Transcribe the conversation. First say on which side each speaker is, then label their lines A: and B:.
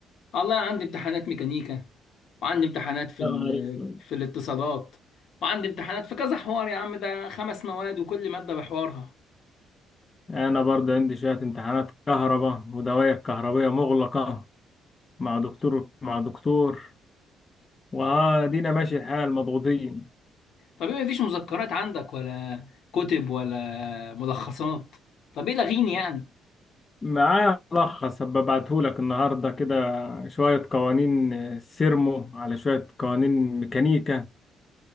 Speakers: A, on the left; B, on the left.
A: والله عندي امتحانات ميكانيكا وعندي امتحانات في
B: يا
A: ال-
B: نهار اسود
A: في الاتصالات وعندي امتحانات في كذا حوار يا عم ده خمس مواد وكل مادة بحوارها
B: انا برضه عندي شوية امتحانات كهرباء ودوائر كهربية مغلقة مع دكتور مع دكتور وادينا ماشي الحال مضغوطين
A: طب ايه مفيش مذكرات عندك ولا كتب ولا ملخصات طب ايه لغيني يعني
B: معاه ملخص هبعتهولك النهاردة كده شوية قوانين سيرمو على شوية قوانين ميكانيكا